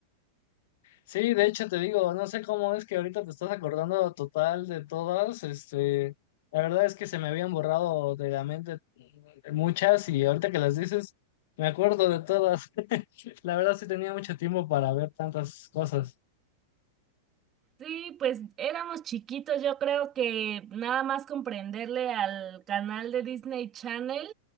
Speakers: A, on the left (about 60°); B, on the right (about 25°).
A: Sí, de hecho te digo, no sé cómo es que ahorita te estás acordando total de todas, este, la verdad es que se me habían borrado de la mente muchas y ahorita que las dices, me acuerdo de todas. <laughs> La verdad sí tenía mucho tiempo para ver tantas cosas.
B: Sí, pues éramos chiquitos, yo creo que nada más comprenderle al canal de Disney Channel,